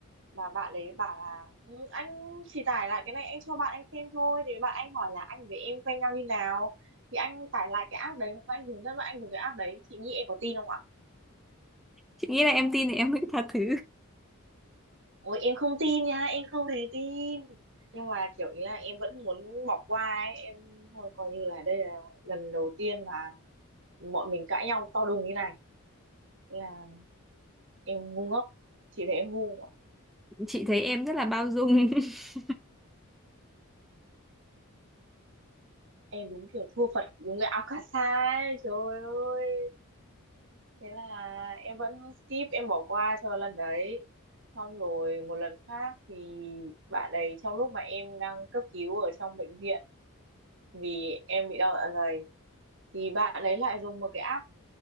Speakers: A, on the right; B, in the centre.
A: mà bạn đấy bảo là "Ừ, anh chỉ tải lại cái này anh cho bạn anh xem thôi thì bạn anh hỏi là anh với em quen nhau như nào thì anh tải lại cái app đấy và anh hướng dẫn bạn anh dùng cái app đấy chị nghĩ em có tin không ạ
B: chị nghĩ là em tin thì em mới tha thứ
A: ôi em không tin nha em không hề tin nhưng mà kiểu ý là em vẫn muốn bỏ qua ấy em thôi coi như là đây là lần đầu tiên mà bọn mình cãi nhau to đùng như này là em ngu ngốc chị thấy em ngu mà
B: chị thấy em rất là bao dung <laughs>
A: em đúng kiểu thua Phật đúng cái Alcasa ấy trời ơi thế là em vẫn skip em bỏ qua cho lần đấy xong rồi một lần khác thì bạn ấy trong lúc mà em đang cấp cứu ở trong bệnh viện vì em bị đau dạ dày thì bạn ấy lại dùng một cái app